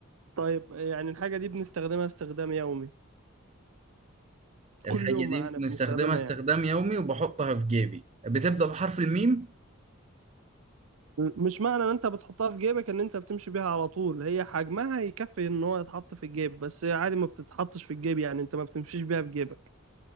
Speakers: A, on the right (about 75°); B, on the right (about 30°).
A: طيب يعني الحاجة دي بنستخدمها استخدام يومي
B: الحاجه
A: كل يوم
B: دي
A: معانا
B: بنستخدمها
A: بنستخدمها
B: استخدام
A: يعني
B: يومي وبحطها في جيبي بتبدا بحرف الميم
A: مش معنى ان انت بتحطها في جيبك ان انت بتمشي بيها على طول هي حجمها يكفي ان هو يتحط في الجيب بس هي عادي ما بتتحطش في الجيب يعني انت ما بتمشيش بيها في جيبك